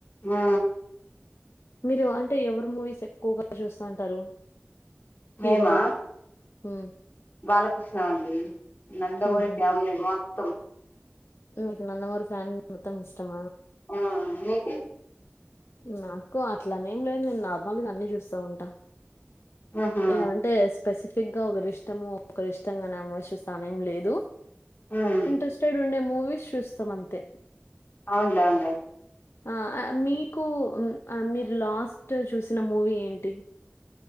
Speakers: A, on the left; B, on the left.
A: ఆ
B: మీరు అంటే ఎవరు మూవీస్ ఎక్కువగా చూస్త ఉంటారు హీరో.
A: మేమా
B: హు
A: బాలకృష్ణ అండి నందమూరి
B: మ్మ్
A: ఫ్యామిలీ మొత్తం
B: మీకు నందమూరి ఫ్యామిలీ మొత్తం ఇష్టమ
A: ఆ మీకి
B: నాకు అట్లనేం లేదు నేన్ నార్మల్గా అన్ని చూస్తా ఉంటా
A: మ్హూ
B: య అంటే స్పెసిఫిక్ గా ఒకర్ ఇష్టము ఒకర్ ఇష్టంగానే ఆమోచిస్తానేం లేదు
A: మ్మ్
B: ఇంట్రెస్ట్ టేడ్ ఉండే మూవీస్ చూస్తాం అంతే
A: అవునులే అవునులే
B: ఆ అ మీకూ మీరు లాస్ట్ చూసిన మూవీ ఏంటి